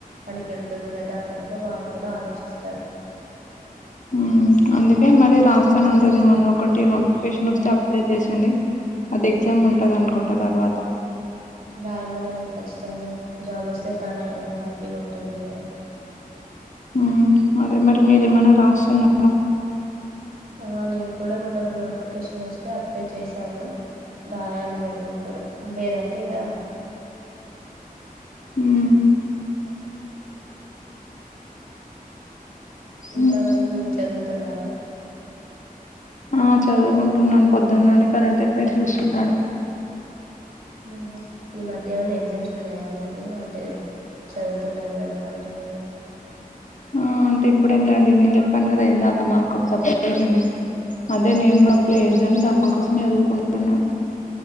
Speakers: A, on the right; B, on the left.
A: పనికి వెళ్తుంది కదా అన్నట్టుగా వాళ్ళు కూడా ఆలోచిస్తారు.
B: మ్మ్ అందుకే మరి రాస్తానం టుంది మొన్నొ ఒకటి నోటిఫికేషన్ వస్తే అప్లై చేసింది అది ఎగ్జామ్ ఉంటంది అనుకుంట తర్వాత
A: రాయమనండి కచ్చితంగా జాబ్ వస్తే తనే హ్యాపీగా ఉంటుంది కదా
B: మ్మ్ అదే మరి మీరేమనా రాస్తున్నారా
A: ఆ, నేను కూడా మొన్న ఒక నోటిఫికేషన్ వస్తే అప్లై చేశాను రాయాలిగా నేను కూడా లేదంటే ఇక
B: మ్మ్
A: స ఇంకా
B: ఉమ్.
A: మరి మీరు చదువుతున్నారా
B: ఆ చదువుకుంటున్నాను పొద్దున్న నుండి కరెంట్ ఎఫైర్ చూస్తున్నాను
A: హ్మ్ హు ఈ మధ్య ఏమైనా ఎగ్జామ్స్ ఉన్నాయా మీకు అంటే చదువుతున్నారు కదా కంటిన్యూగా
B: మ్మ్ అంటే ఇప్పుడేం లేండి నేను చెప్పాను కదా ఎందక మాకు <unintelligible> అదే నేను కూడా అప్లై చే అను దానికోసమే చదువుకుంటున్నాను